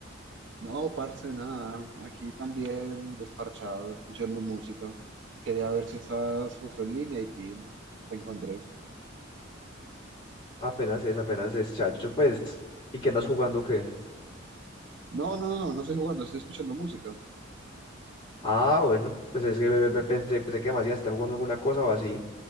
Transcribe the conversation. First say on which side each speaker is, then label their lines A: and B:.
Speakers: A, on the right (about 65°); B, on the left (about 25°).
A: No, parce, nada. Aquí también desparchado, escuchando música. Quería ver si estás justo en línea y tin, te encontré.
B: Apenas es, apenas es, chacho, pues. ¿Y qué andas jugando o qué?
A: No, no, no, no, no estoy jugando, estoy escuchando música.
B: Ah, bueno, pues es que ve- ve- pensé, pensé que más ya está jugando alguna cosa o así.